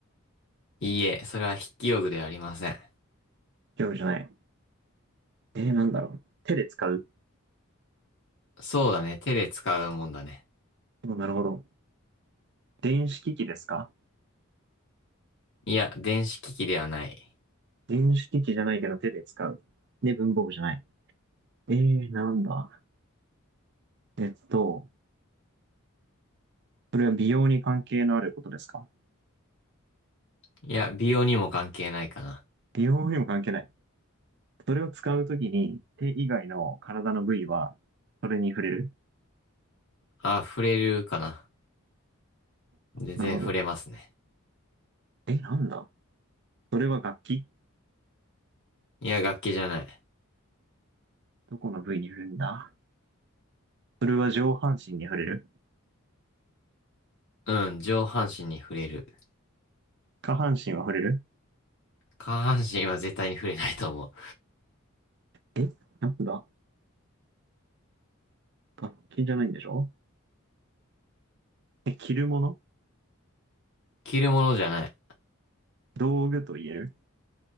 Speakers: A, on the left; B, on the right.
A: いいえ、それは筆記用具ではありません。
B: 用具じゃない。えー、なんだろう。手で使う
A: そうだね、手で使うもんだね。
B: うんなるほど。電子機器ですか
A: いや、電子機器ではない。
B: 電子機器じゃないけど手で使う。で、文房具じゃない。えー、なんだ。えっと、それは美容に関係のあることですか
A: いや、美容にも関係ないかな。
B: 美容にも関係ない。それを使うときに手以外の体の部位はそれに触れる
A: あ、触れるかな。全然触れますね。
B: なるほど。え、なんだ。それは楽器
A: いや、楽器じゃない。
B: どこの部位に触れるんだそれは上半身に触れる
A: うん、上半身に触れる。
B: 下半身は触れる
A: 下半身は絶対に触れないと思う。
B: え、なんだ。楽器じゃないんでしょえ、着るもの
A: 着るものじゃない。
B: 道具と言える